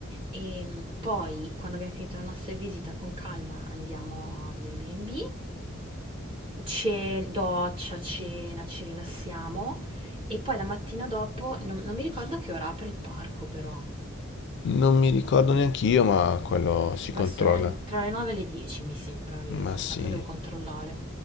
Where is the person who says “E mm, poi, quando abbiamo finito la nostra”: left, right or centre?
Right